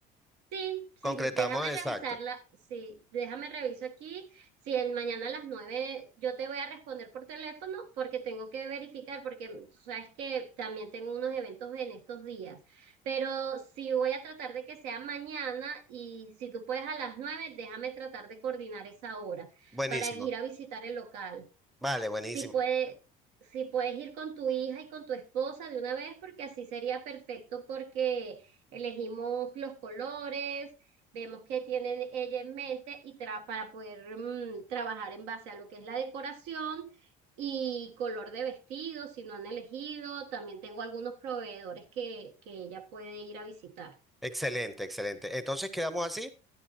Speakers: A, on the right; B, in the centre.
A: Sí, sí,
B: Concretamos,
A: déjame
B: exacto.
A: revisarla, sí, déjame reviso aquí, si el mañana a las nueve yo te voy a responder por teléfono porque tengo que verificar, porque tú sabes que también tengo unos eventos en estos días, pero sí voy a tratar de que sea mañana y si tú puedes a las nueve, déjame tratar de coordinar esa hora
B: Buenísimo.
A: para ir a visitar el local
B: Vale, buenísimo.
A: si puede, si puedes ir con tu hija y con tu esposa de una vez, porque así sería perfecto porque elegimos los colores, vemos qué tienen ella en mente y tra- para poder mm, trabajar en base a lo que es la decoración y color de vestido, si no han elegido, también tengo algunos proveedores que, que ella puede ir a visitar.
B: Excelente, excelente. Entonces quedamos así.